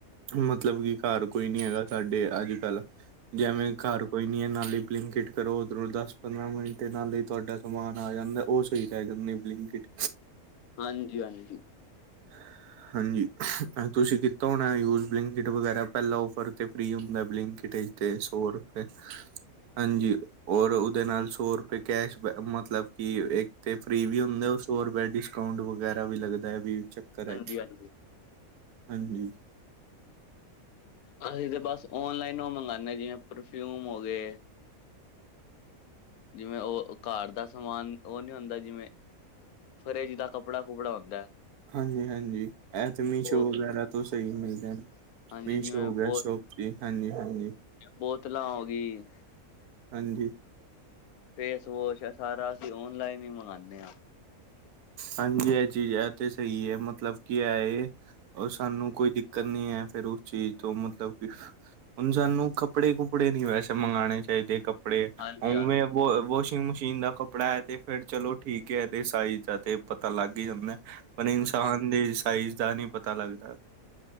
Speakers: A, on the right; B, on the left.
A: ਮਤਲਬ ਕੀ ਕਰ ਕੋਈ ਨੀ ਹੈਗਾ ਸਾਡੇ ਅੱਜ ਕੱਲ੍ਹ ਜਿਵੇਂ ਕਰ ਕੋਈ ਨੀ ਐ ਨਾਲੇ ਬਲਿੰਕ ਇਟ ਕਰੋ ਉਧਰੋਂ ਦਸ ਪੰਦਰਾਂ ਮਿੰਟ ਨਾਲੇ ਈ ਤੁਹਾਡਾ ਸਮਾਨ ਆ ਜਾਂਦਾ ਉਹ ਸਹੀ ਰਹਿ ਜਾਂਦੀ ਬਲਿੰਕ ਇਟ।
B: ਹਾਂਜੀ-ਹਾਂਜੀ।
A: <inaudible> ਹਾਂਜੀ, ਤੁਸੀਂ ਕੀਤਾ ਹੋਣਾ ਯੂਜ ਬਲਿੰਕ ਇਟ ਵਗੈਰਾ ਪਹਿਲਾਂ ਔਫਰ ਤੇ ਫ੍ਰੀ ਹੁੰਦਾ ਬਲਿੰਕ ਇਟ ਚ। ਤੇ ਸੌ ਰੁਪਏ ਹਾਂਜੀ, ਔਰ ਉਹਦੇ ਨਾਲ ਸੌ ਰੁਪਏ ਕੈਸ਼ ਮਤਲਬ ਕਿ ਇਕ ਤੇ ਫ੍ਰੀ ਵੀ ਹੁੰਦਾ ਉਹ ਸੌ ਰੁਪਆ ਡਿਸਕਾਊਟ ਵਗੈਰਾ ਵੀ ਲੱਗਦਾ ਵੀ <unintelligible>
B: ਹਾਂਜੀ ਹਾਂਜੀ
A: ਹਾਂਜੀ।
B: ਅਸੀਂ ਤਾਂ ਬਸ ਓਨਲਾਈਨ ਉਹ ਮੰਗਾਣੇ ਹ ਜਿਵੇਂ ਪਰਫਿਊਮ ਹੋ ਗਏ। ਜਿਵੇਂ ਉਹ ਕਰ ਦਾ ਸਮਾਨ ਉਹ ਨੀ ਹੁੰਦਾ ਜਿਵੇਂ ਫਰੇ ਜਿੰਦਾ ਕੱਪੜਾ ਕੁਪੜਾ ਹੁੰਦਾ ਐ।
A: ਹਾਂਜੀ-ਹਾਂਜੀ, ਇਹ ਤੇ ਮੀਸ਼ੋ
B: ਗਿਆ
A: ਵਗੈਰਾ ਤੋਂ ਸਹੀ ਮਿਲਦੇ ਨਾ
B: ਹਾਂਜੀ
A: ਮੀਸ਼ੋ
B: ਜਿਵੇਂ
A: ਹੋ ਗਿਆ
B: ਬੋ
A: ਸੋਂ ਜੀ ਹਾਂਜੀ, ਹਾਂਜੀ।
B: ਬੋਤਲਾਂ ਹੋ ਗਈ
A: ਹਾਂਜੀ।
B: ਫੇਸ ਵੋਸ਼ ਏ ਸਾਰਾ ਅਸੀਂ ਔਨਲਾਈਨ ਹੀ ਮੰਗਾਣੇ ਆ।
A: ਹਾਂਜੀ, ਇਹ ਚੀਜ਼ ਤੇ ਸਹੀ ਐ ਮਤਲਬ ਕੀ ਇਹ ਏ ਓ ਸਾਨੂੰ ਕੋਈ ਦਿੱਕਤ ਨੀ ਐ ਫੇਰ ਉਸ ਚੀਜ਼ ਤੋਂ ਮਤਲਬ ਕਿ ਹੁਣ ਸਾਨੂੰ ਕੱਪੜੇ ਕੁੱਪੜੇ ਨੀ ਵੈਸੇ ਮੰਗਾਣੇ ਚਾਹੀਦੇ ਕਪ ਕੱਪੜੇ
B: ਹਾਂਜੀ
A: ਉਵੇਂ
B: ਹਾਂਜੀ
A: ਵਾਸ਼ਿੰਗ ਮਸ਼ੀਨ ਦਾ ਕੱਪੜਾ ਐ ਤੇ ਫੇਰ ਚਲੋ ਠੀਕ ਕੇ ਦੇ ਸਾਈਜ਼ ਤੇ ਪਤਾ ਲੱਗ ਹੀ ਜਾਂਦਾ ਐ ਪਰ ਇਨਸਾਨ
B: ਹਾਂਜੀ
A: ਦੇ ਸਾਈਜ਼ ਦਾ ਨੀ ਪਤਾ ਲੱਗਦਾ